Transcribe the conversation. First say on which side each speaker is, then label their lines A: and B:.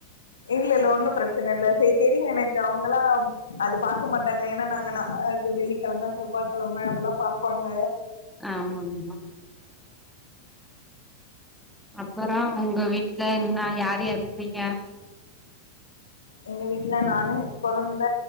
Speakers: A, on the left (about 65°); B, in the centre.
A: இல்ல இல்ல ஒன்னும் பிரச்சனை இல்லை சரி தெரியு எனக்கு அவங்களாம் அது பார்க்க மாட்டாங்க ஏன நாங்க வெள்ளிக்கிழம செவ்வாய்கிழம அதெல்லா பார்ப்பாங்க
B: ஆமா ஆமா அப்புற உங்க வீட்ல என்னா யார் யார் இருக்கீங்க <inaudible>
A: எங்க வீட்ல நானு குழந்த